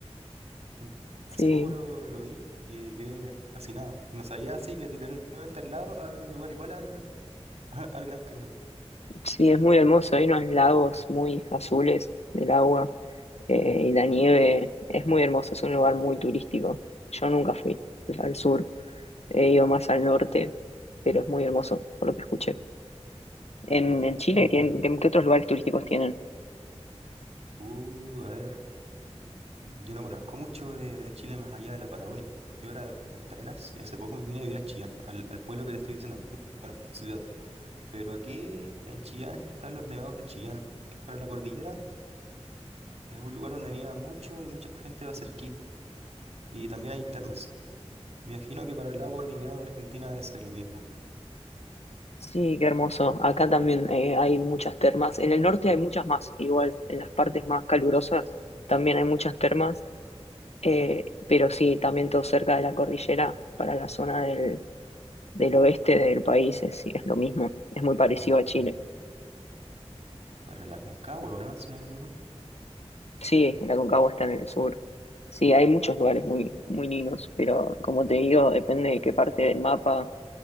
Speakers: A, on the right (about 60°); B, on the left (about 70°).
A: Mm. Hace
B: Sí,
A: poco lo, lo vi y quedé fascinado. No sabía así que literalmente al lado hay un lugar igual al, <laughs> al Gran Cañón.
B: sí, es muy hermoso. Hay unos lagos muy azules del agua eh, y la nieve. Es muy hermoso, es un lugar muy turístico. Yo nunca fui al
A: Mm.
B: sur, he ido más al norte, pero es muy hermoso, por lo que escuché. En, en Chile, ¿tienen-
A: Mm.
B: ¿qué, qué otros lugares turísticos tienen?
A: Uh, a ver. Yo no conozco mucho de, de Chile más allá de la Patagonia. Yo era de Punta Arenas y hace poco me vine a vivir a Chillán, al, al pueblo que te estoy diciendo. Bueno, ciudad. Pero aquí en Chillán están los nevados de Chillán, que es para la cordillera. Es un lugar donde nieva mucho y mucha gente va a hacer esquí. Y también hay termas. Me imagino que para el lado cordillerano de Argentina debe ser lo mismo.
B: Sí, qué hermoso. Acá también eh, hay muchas termas. En el norte hay muchas más, igual, en las partes más calurosas también hay muchas termas, eh, pero sí, también todo cerca de la cordillera, para la zona del del oeste del país, es, sí, es lo mismo, es muy parecido
A: Eh,
B: a Chile.
A: eh, para la Concagua, ¿o ¿no? Si no me equivoco.
B: Sí, la Aconcagua está en el sur. Sí, hay muchos lugares muy, muy lindos, pero como te digo, depende de qué parte
A: Mm.
B: del mapa,